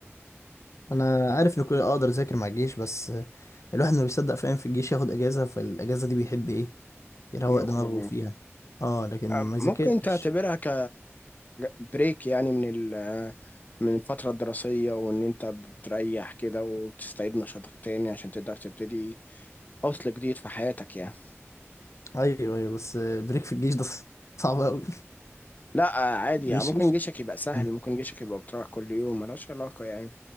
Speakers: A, on the left (about 80°); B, on the left (about 35°).
A: انا عارف ان كل اقدر اذاكر مع الجيش بس الواحد ما بيصدق فاهم في الجيش ياخد اجازه فالاجازه دي بيحب ايه يروق
B: يخرجوا
A: دماغه فيها اه لكن
B: أم-
A: ما يذاكرش
B: ممكن تعتبرها ك بريك يعني من ال آه، من الفترة الدراسية وإن أنت بتريح كده وبتستعيد نشاطك تاني عشان تقدر تبتدي فصل جديد في حياتك يعني
A: ايوه ايوه بس بريك في الجيش ده صعب قوي
B: لا آه، عادي
A: <laughs>
B: يعني
A: مش
B: ممكن
A: مش
B: جيشك يبقى سهل
A: مم.
B: ممكن جيشك يبقى بتروح كل يوم ملهاش علاقة يعني